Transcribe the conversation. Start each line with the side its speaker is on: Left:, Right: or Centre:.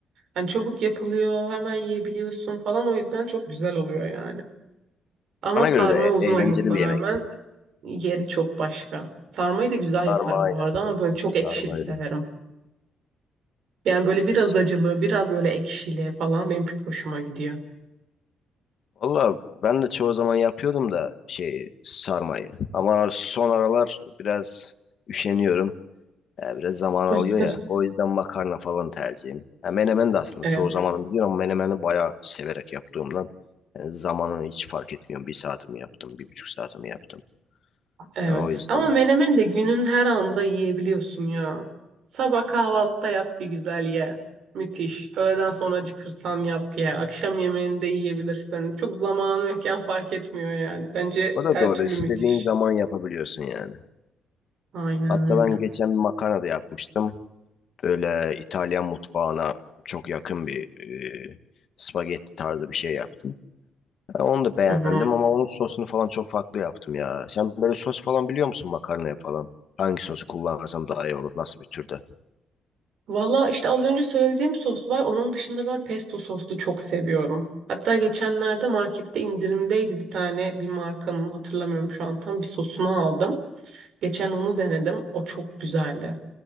Right: Yani çabuk yapılıyor, hemen yiyebiliyorsun falan o yüzden çok güzel oluyor yani. Ama
Left: Bana
Right: sarma
Left: göre de
Right: uzun
Left: e- eğlenceli
Right: olmasına
Left: bir
Right: rağmen
Left: yemek.
Right: yeri çok başka. Sarmayı da güzel
Left: Sarma
Right: yaparım
Left: aynen.
Right: bu arada ama böyle çok
Left: Sarma
Right: ekşili severim.
Left: öyle.
Right: Yani böyle
Left: Ya,
Right: biraz acılı, biraz öyle ekşili falan benim çok hoşuma gidiyor.
Left: Valla ben de çoğu zaman yapıyordum da şeyi sarmayı. Ama son aralar biraz üşeniyorum. E, biraz zaman
Right: <laughs>
Left: alıyor ya. O yüzden makarna falan tercihim. Ha, menemen de aslında
Right: Evet.
Left: çoğu zamanım gidiyor ama menemeni bayağı severek yaptığımdan e, zamanı hiç fark etmiyorum. Bir saatimi yaptım, bir buçuk saatimi yaptım.
Right: Evet.
Left: Yani o yüzden.
Right: Ama menemen de günün her anda yiyebiliyorsun ya. Sabah kahvaltıda yap bir güzel ye. Müthiş. Öğleden sonra acıkırsan yap ye. Akşam yemeğini de yiyebilirsin. Çok zaman mekan fark etmiyor yani. Bence
Left: O da
Right: her
Left: doğru.
Right: türlü
Left: İstediğin
Right: müthiş.
Left: zaman yapabiliyorsun yani.
Right: Aynen
Left: Hatta
Right: öyle.
Left: ben geçen bir makarna da yapmıştım. Böyle İtalyan mutfağına çok yakın bir e, spagetti tarzı bir şey yaptım. Ben onu da beğendim
Right: Hı hı.
Left: ama onun sosunu falan çok farklı yaptım ya. Sen böyle sos falan biliyor musun makarnaya falan? Hangi sosu kullansam daha iyi olur? Nasıl bir türde?
Right: Valla işte az önce söylediğim sos var. Onun dışında ben pesto soslu çok seviyorum. Hatta geçenlerde markette indirimdeydi bir tane bir markanın hatırlamıyorum şu an tam bir sosunu aldım. Geçen onu denedim. O çok güzeldi.